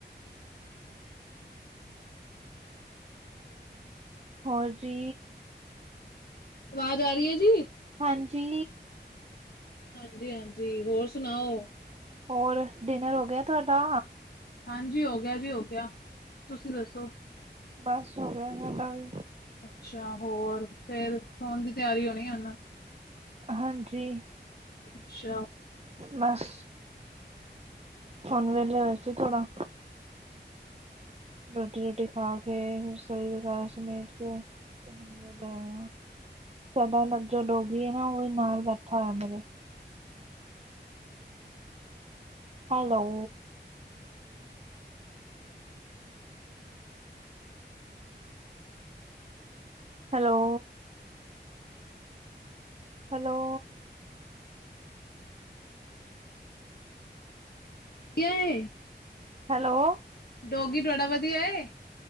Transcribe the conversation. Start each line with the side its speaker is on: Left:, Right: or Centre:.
Right: ਹੋਰ ਜੀ
Left: ਵਾਜ਼ ਆ ਰਹੀ ਹੈ ਜੀ
Right: ਹਾਂਜੀ
Left: ਹਾਂਜੀ ਹਾਂਜੀ ਹੋਰ ਸੁਣਾਓ
Right: ਹੋਰ ਡਿਨਰ ਹੋ ਗਿਆ ਤੁਆਡਾ
Left: ਹਾਂਜੀ ਹੋ ਗਿਆ ਜੀ ਹੋ ਗਿਆ ਤੁਸੀਂ ਦੱਸੋ
Right: ਬਸ ਹੋ ਗਿਆ ਸਾਡਾ ਵੀ
Left: ਅੱਛਾ ਹੋਰ ਫੇਰ ਸੋਣ ਦੀ ਤਿਆਰੀ ਹੋਣੀ ਹੁਨ
Right: ਹਾਂਜੀ
Left: ਅੱਛਾ
Right: ਬਸ ਹੁਣ ਵੇਲੇ ਹੋਏ ਸੀ ਥੋੜਾ ਰੋਟੀ ਰੂਟੀ ਖਾ ਕੇ ਰਸੋਈ ਵਗੈਰਾ ਸਮੇਟ ਕੇ ਵੇਲੇ ਹੋਏ ਆ ਸਾਡਾ ਜੋ ਡੋਗੀ ਹੈ ਨਾ ਉਹ ਵੀ ਨਾਲ ਬੈਠਾ ਹੋਇਆ ਮੇਰੇ ਹੈਲੋ ਹੈਲੋ ਹੈਲੋ
Left: ਕਿਆ ਏ <unintelligible>
Right: ਹੈਲੋ
Left: ਡੋਗੀ ਤੁਹਾਡਾ ਵਧੀਆ ਏ